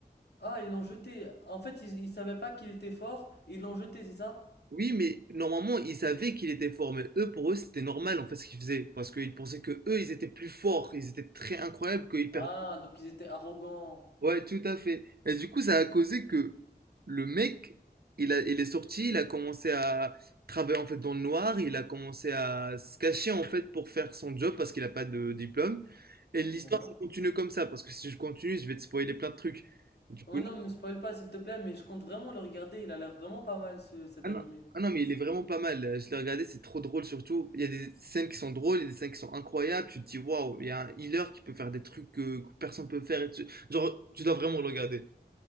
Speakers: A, on the left; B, on the right.
A: Ah, ils l'ont jeté. En fait, ils, ils savaient pas qu'il était fort et ils l'ont jeté, c'est ça?
B: Oui, mais normalement ils savaient qu'il était fort, mais eux pour eux c'était normal en fait ce qu'ils faisaient parce qu'ils pensaient que eux ils étaient plus forts, ils étaient très incroyables, qu'ils
A: Ah,
B: perdaient
A: donc ils étaient arrogants.
B: Ouais, tout à fait. Et du coup, ça a causé que le mec, il a, il est sorti, il a commencé à travailler en fait dans le noir, il a commencé à se cacher en fait pour faire son job parce qu'il n'a pas de diplôme. Et l'histoire,
A: Mhm.
B: ça continue comme ça, parce que si je continue, je vais te spoiler plein de trucs. Du coup,
A: Oh non, me spoil pas s'il te plaît, mais je compte vraiment le regarder, il a l'air vraiment pas mal ce, cet
B: ah
A: animé.
B: non, ah non, mais il est vraiment pas mal. Je l'ai regardé, c'est trop drôle surtout. Il y a des scènes qui sont drôles, il y a des scènes qui sont incroyables. Tu te dis, waouh, il y a un healer qui peut faire des trucs que, que personne peut faire. Et tu- genre, tu dois vraiment le regarder.